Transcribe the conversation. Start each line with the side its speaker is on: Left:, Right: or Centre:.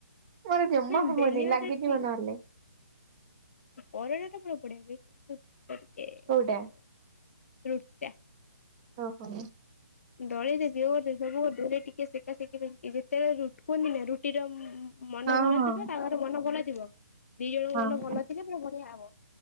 Right: ମୋର ଜମା
Left: ନା
Right: ହବନି
Left: ବେଲିବା
Right: ଲାଗିଯିବ
Left: ଟା ଠ
Right: ନହେଲେ
Left: ପରଟା ଟା ପୁରା ବଢିଆ କରେ।
Right: କୋଉଟା
Left: <inaudible> <inaudible> ରୁଟି ଟା।
Right: ଓ ହୋ।
Left: ଦଳି ଦେବି ଇଏ କରିଦେବି ସବୁ କରିଦେବି ହେଲେ ଟି ସୋ ସେକି ଯେତେବେଳେ ରୁ କୁହନ୍ତିି ନା ରୁଟି ଟା ମୁଁ ମନ
Right: ହଁ
Left: ଭଲ
Right: ହଁ
Left: ଥିବ ତା ଘରେ ମନ ଭଲ ଥିବ ଦି ଜଣଙ୍କ
Right: ହଁ।
Left: ମନ ଭଲ ଥିଲେ ପୁରା ବଢିଆ ହବ।